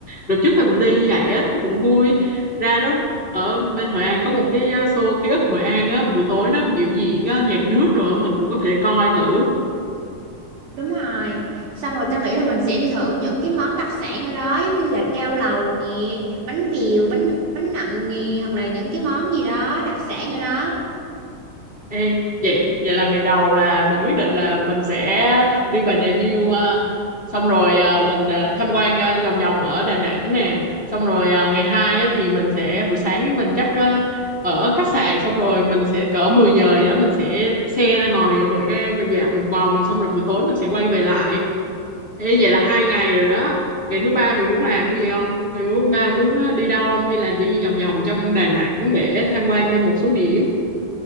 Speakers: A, on the left (about 20°); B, on the right (about 60°).
A: đợt trước tao cũng đi như vậy á thấy cũng vui ra đó ở bên Hội An có một cái uh, show ký ức Hội An á buổi tối nó biểu diễn uh, nhạc nước rồi á, mình cũng có thể coi thử
B: Đúng rồi. Xong rồi tao nghĩ là mình sẽ đi thử những cái món đặc sản ở đó giống như là cao lầu nè, bánh bèo, bánh bánh nậm nè hoặc là những cái món gì đó đặc sản ở đó.
A: Ê, vậy vậy là ngày đầu là mình quyết định là mình sẽ đi Bà Nà Hills uh, xong rồi uh, mình uh, tham quan uh, vòng vòng ở Đà Nẵng nè xong rồi uh, ngày hai á thì mình sẽ buổi sáng mình chắc uh, ở khách sạn xong rồi mình sẽ cỡ 10 giờ gì đó mình sẽ bắt xe ra ngoài Hội An mình dạo một vòng xong rồi buổi tối mình sẽ quay về lại Ê, vậy là hai ngày rồi đó. Ngày thứ ba mày muốn làm cái gì không? Ngày thứ ba muốn ờ, đi đâu không? Hay là đi vòng vòng trong Đà Nẵng để tham quan thêm một số điểm?